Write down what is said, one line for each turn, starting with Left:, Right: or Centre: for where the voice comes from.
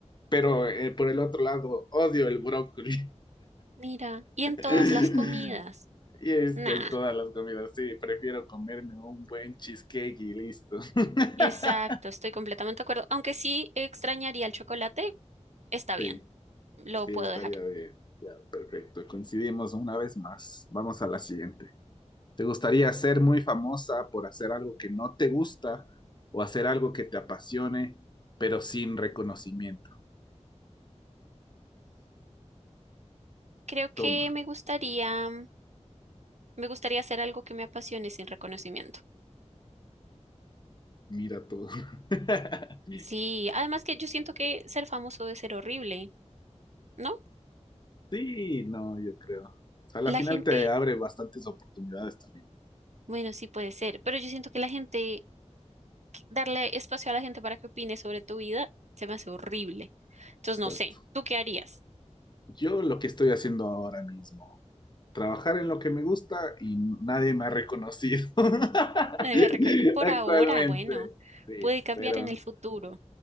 Left: pero eh, por el otro lado odio el brócoli.
Right: Mira, y en
Left: <laughs>
Right: todas las comidas.
Left: Y este,
Right: Nada.
Left: en todas las comidas, sí, prefiero comerme un buen cheesecake y listo. <laughs>
Right: Exacto, estoy completamente de acuerdo. Aunque sí extrañaría el chocolate, está bien,
Left: Sí,
Right: lo
Left: sí,
Right: puedo
Left: estaría
Right: dejar.
Left: bien. Ya, perfecto. Coincidimos una vez más. Vamos a la siguiente. ¿Te gustaría ser muy famosa por hacer algo que no te gusta o hacer algo que te apasione, pero sin reconocimiento?
Right: Creo que
Left: Toma,
Right: me gustaría, me gustaría hacer algo que me apasione sin reconocimiento.
Left: mira todo. <laughs>
Right: Sí, además que yo siento que ser famoso debe ser horrible, ¿no?
Left: Sí, no, yo creo. A la
Right: La
Left: final
Right: gente,
Left: te abre bastantes oportunidades también.
Right: bueno, sí puede ser, pero yo siento que la gente, que- darle espacio a la gente para que opine sobre tu vida, se me hace horrible. Entonces,
Left: Exacto.
Right: no sé, ¿tú qué harías?
Left: Yo lo que estoy haciendo ahora mismo. trabajar en lo que me gusta y nadie me ha reconocido <laughs>
Right: <laughs> Eh, me recu- Por
Left: actualmente.
Right: ahora, bueno,
Left: Sí,
Right: puede cambiar
Left: pero,
Right: en el futuro.